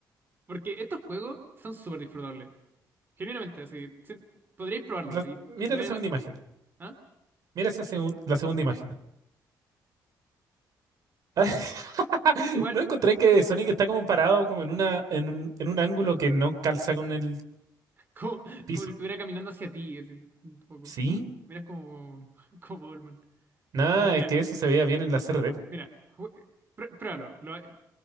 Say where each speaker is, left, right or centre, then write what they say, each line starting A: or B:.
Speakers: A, on the right (about 30°); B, on the right (about 60°).
A: Porque estos juegos son súper disfrutables. Genuinamente, así. sí, podríais probarlo
B: Los-
A: y
B: mira
A: vais
B: la segunda
A: a dar-
B: imagen.
A: ¿Ah?
B: Mira esa segun- la segunda imagen. <laughs>
A: Igual,
B: No encontré que Sonic está como parado como en una, en, un- en un ángulo que no calza con el
A: <laughs> como,
B: piso.
A: como si estuviera caminando hacia ti, así, un poco.
B: ¿Sí?
A: Miras como, <laughs> como Goldman.
B: Nada,
A: Eh, mira.
B: es que eso se veía bien en la CRD, po.
A: Mira, ju- prue- pruébalo. lo de